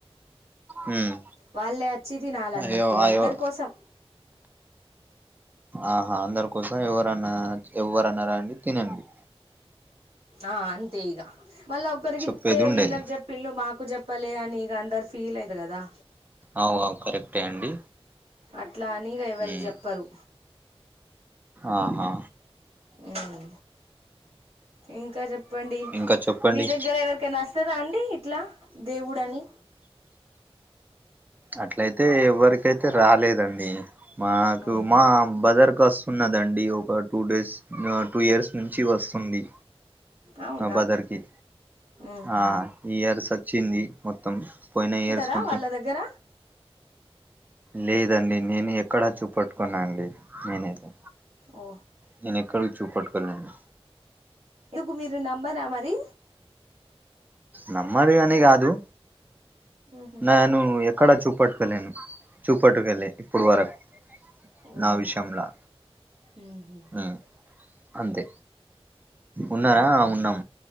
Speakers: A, on the right; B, on the right.
A: ఉమ్
B: వాళ్ళే అచ్చి తినాలన్నట్టు
A: అయ్యో
B: ఇగ
A: అయ్యో
B: అందరు కోసం.
A: ఆహా అందరు కోసం ఎవరన్నా అచ్, ఎవరన్నా రండి తినండి.
B: ఆ అంతే ఇగా. మళ్ళ ఒకరికిత్తే
A: చెప్పేది ఉండేది
B: వీళ్ళకి జెప్పిళ్ళు, మాకు జెప్పలే అని ఇగా అందరు ఫీల్ అయి <unintelligible> గదా.
A: అవు అవు కరెక్టే అండి.
B: అట్లా అని ఇగా ఎవరికి
A: ఉమ్
B: జెప్పరు.
A: ఆహా
B: ఉమ్ ఇంకా జెప్పండి,
A: ఇంకా చెప్పండి
B: మీ దగ్గర ఎవరికైనా స్ ఉంటాద అండి ఇట్లా దేవుడు అని.
A: అట్లయితే ఎవ్వరికైతే రాలేదండి, మాకు
B: ఊహు
A: మా బదర్ కస్ ఉన్నదండి, ఒక టూ డేస్, టూ ఇయర్స్ నుంచి వస్తుంది.
B: అవునా
A: ఆ బదర్ కి
B: ఊహు
A: ఆ ఈ ఇయర్స్ ఒచ్చింది మొత్తం, పోయిన ఇయర్స్
B: కా
A: కొంచెం
B: వాళ్ళ దగ్గర
A: లేదండి, నేను ఎక్కడా చూపెట్టుకొనండి నేనైతే.
B: ఓ
A: నేన్ ఎక్కడ చూపెట్కోలే అండి.
B: ఎగు మీరు నమ్మరా మరి.
A: నమ్మది గని గాదు
B: ఊహు
A: నేనూ ఎక్కడా చూపట్టుకోలేను. చూపట్టుకోలె ఇప్పుడు వరక్
B: ఓహో
A: నా విషయంలా.
B: ఊహు
A: ఉమ్ అంతే ఉన్నారా ఆ ఉన్నం